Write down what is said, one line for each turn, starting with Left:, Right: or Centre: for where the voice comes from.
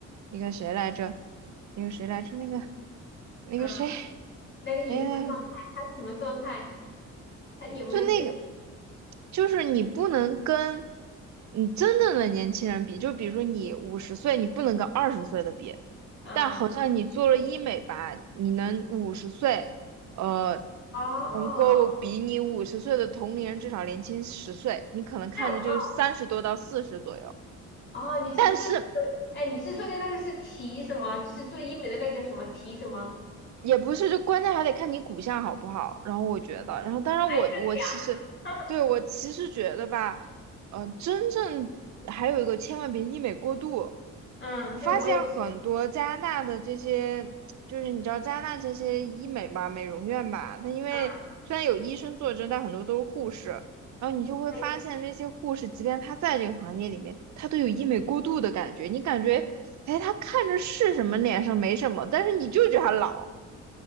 Right: 那个谁来着，那个谁来着，那个那个谁，
Left: 啊，那个有什么状态？
Right: 哎，
Left: 它是什么状态？它有没有这？
Right: 就那个，就是你不能跟你真正的年轻人比，就比如说你五十岁，你不能跟二十岁的比，
Left: 嗯，
Right: 但好像你做了医美吧，你能五十岁，呃，
Left: 哦，
Right: 能够比你五十岁的同龄人至少年轻十岁，你可能看着就三十多到四十左右，
Left: 那哦哦，你是说，
Right: 但是。
Left: 哎，你是说的那个是提什么？就是做医美的那个什么提什么？
Right: 也不是，就关键还得看你骨相好不好。然后我觉得，然后当然我我其实对我其实觉得吧，
Left: 哎，这个呀，<laughs>
Right: 嗯、真正还有一个千万别医美过度。
Left: 嗯，
Right: 我发现很多加拿大的这些，
Left: 对，我也，
Right: 就是你知道加拿大这些医美吧、美容院吧，它因为虽然有医生坐镇，
Left: 嗯，
Right: 但很多都是护士。然后你就会发现那些护士，
Left: 对，
Right: 即便他在这个行业里面，他都有医美过度的感觉。你感觉，哎，他看着是什么脸上没什么，但是你就觉得他老。